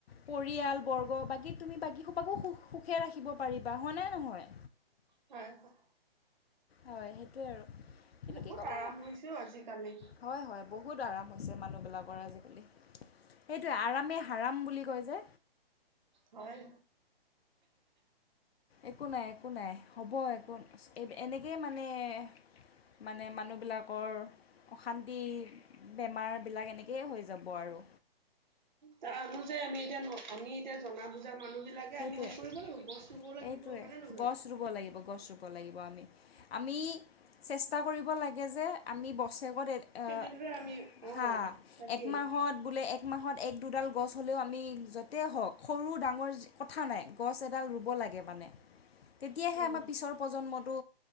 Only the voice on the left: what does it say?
পৰিয়ালবৰ্গ বাকী তুমি বাকীসপাকো সুখ সুখে ৰাখিব পাৰিবা হয়নেই নহয়।
হয় সেইটোৱে আৰু। কিন্তু
কি ক'বা
হয় হয় বহুত আৰাম হৈছে মানুহবিলাকৰ আজিকালি। সেইটোৱেই, আৰামেই হাৰাম বুলি কয় যে।
একো নাই, একো নাই। হ'ব একো- এনেকেই মানে- মানে মানুহবিলাকৰ অশান্তি, বেমাৰবিলাক এনেকেই হৈ যাব আৰু।
সেইটোৱে
এইটোৱে
গছ ৰুব লাগিব গছ ৰুব লাগিব আমি। আমি চেষ্টা কৰিব লাগে যে আমি বছে ত-
হা,
এক মাহত বুলে এক এক মাহত এক-দুডাল গছ হ'লেও আমি য'তে হওঁক সৰু-ডাঙৰ কথা নাই। গছ এডাল ৰুব লাগে মানে। তেতিয়াহে
আমাৰ পিছৰ প্ৰজন্মত ৰু